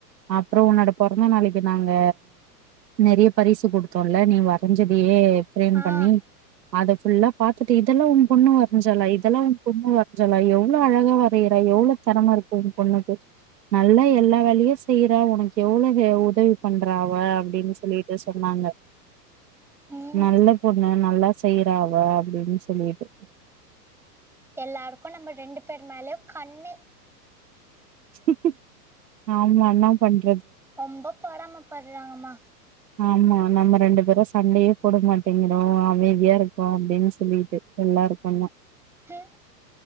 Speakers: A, on the right; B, in the centre.
A: அப்பறோ உன்னோட பொறந்த நாளைக்கு நாங்க நெறைய பரிசு குடுத்தோல்ல நீங் வரஞ்சதையே ஃப்ரேம்
B: ஆ
A: பண்ணி அத ஃபுல்லா பாத்துட்டு இதெல்லா உம் பொண்ணு வர் வரஞ்சாலா இதெல்லா உம் பொண்ணு வரஞ்சாலா ஐயோ அவ்ளோ அழகா வரையிறா எவ்ளோ தரமா இருக்கு உன் பொண்ணுக்கு நல்லா எல்லா வேலையு செய்யற உனக்கு எவ்வளவு உதவி பண்றா அவ அப்டின் சொல்லிட்டு சொன்னாங்க
B: ம்
A: நல்ல பொண்ணு நல்லா செய்யறா அவ அப்டின்னு சொல்லிட்டு
B: எல்லாருக்கு நம்ம ரெண்டு பேர் மேலயு கண்ணு
A: ம்க்ம் ஆமா என்னா பண்
B: ரொம்பப் பொராம படுறாங்கம்மா
A: ஆமா நம்ம ரெண்டு பேரு சண்டேயே போட மாட்டேங்கிறோ அமைதியா இருக்கோ அப்டின்னு சொல்லிட்டு எல்லாருக்கு தா
B: ம்